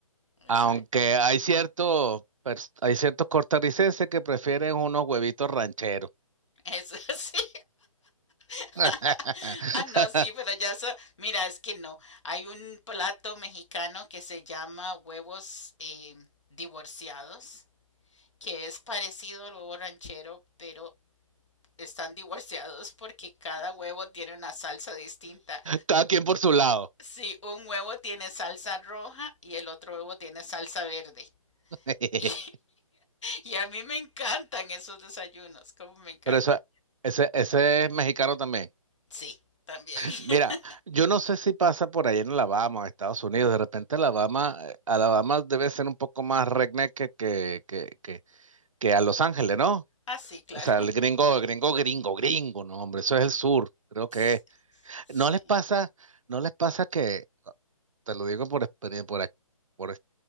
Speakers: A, on the left; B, on the right.
A: Exacto.
B: Aunque hay ciertos, pers- hay ciertos costarricenses que prefieren unos huevitos rancheros.
A: Eso <laughs> sí. <laughs>
B: <laughs>
A: Ah, no, sí, pero ya eso, mira, es que no. Hay un plato mexicano que se llama huevos eh, divorciados, que es parecido al huevo ranchero, pero están divorciados porque cada huevo tiene una salsa distinta.
B: Cada quien por su lado.
A: Sí, un huevo tiene salsa roja y el otro huevo tiene salsa verde. <laughs>
B: <laughs>
A: Y, y a mí me encantan esos desayunos, como me encantan.
B: Pero eso, ese, ese es mexicano también.
A: Sí, también.
B: Mira,
A: <laughs>
B: yo no sé si pasa por ahí en Alabama o Estados Unidos. De repente Alabama, eh, Alabama debe ser un poco más redneck que, que, que, que, que a Los Ángeles, ¿no?
A: ah sí claro.
B: O sea, el gringo, el gringo, gringo, gringo, no, hombre, eso es el sur, creo
A: Sí.
B: que es.
A: sí.
B: No les pasa, no les pasa que, te lo digo por experiencia, por, ac- por, ex-